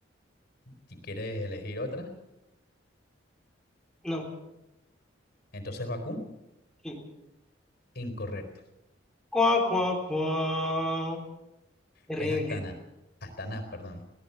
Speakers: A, on the left; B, in the centre.
A: Si quieres elegir otra,
B: no.
A: entonces Bakú,
B: Sí.
A: incorrecto.
B: Cuá, cuá, cuá. Terrible.
A: Es Astana. Astana, perdón.